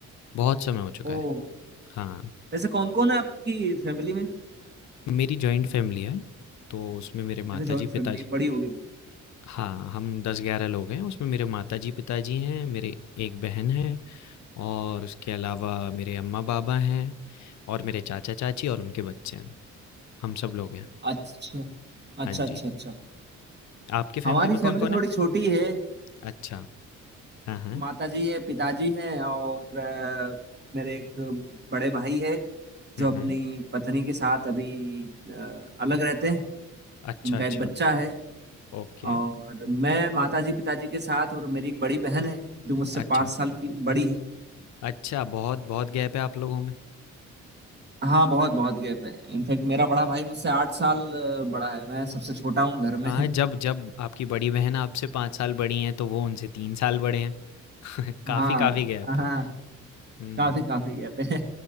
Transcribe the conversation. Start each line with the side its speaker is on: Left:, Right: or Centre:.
Left: बहुत समय हो चुका
Right: ओ
Left: है हाँ
Right: वैसे कौन कौन है आपकी फैमिली में
Left: मेरी जॉइंट फैमिली है तो उसमें मेरे
Right: अच्छा
Left: माता
Right: जॉइंट
Left: जी
Right: फैमिली
Left: पिताजी
Right: बड़ी होगी
Left: हाँ हम दस ग्यारह लोग हैं उसमें मेरे माता जी पिताजी हैं मेरे एक बहन है और उसके अलावा मेरे अम्मा-पापा हैं और मेरे चाचा-चाची और उनके बच्चे हैं। हम सब लोग हैं।
Right: अच्छा अच्छा
Left: हाँ जी।
Right: अच्छा अच्छा
Left: आपकी फ़ैमिली
Right: हमारी
Left: में
Right: फैमिली
Left: कौन-कौन
Right: थोड़ी
Left: है?
Right: छोटी है
Left: अच्छा। हाँ, हाँ।
Right: माता जी है पिताजी हैं और अ, मेरे एक बड़े भाई है जो
Left: हुँ,
Right: अपनी
Left: हुँ।
Right: पत्नी के साथ अभी अ, अलग रहते हैं
Left: अच्छा,
Right: उनका
Left: अच्छा।
Right: एक बच्चा है
Left: ओके।
Right: और मैं माता जी पिताजी के साथ और मेरी एक बड़ी बहन है जो मुझसे पाँच
Left: अच्छा।
Right: साल की बड़ी है
Left: अच्छा, बहुत-बहुत गैप है आप लोगों में।
Right: हाँ बहुत बहुत गैप है इनफैक्ट मेरा बड़ा भाई मुझसे आठ साल अ, बड़ा है मैं सबसे छोटा हूँ घर
Left: हाँ,
Right: में
Left: जब जब आपकी बड़ी बहन आपसे 5 साल बड़ी हैं, तो वो उनसे 3 साल बड़े हैं। <laughs> काफ़ी
Right: हाँ
Left: काफ़ी गैप
Right: हाँ
Left: है। हुँ,
Right: काफी काफी गैप है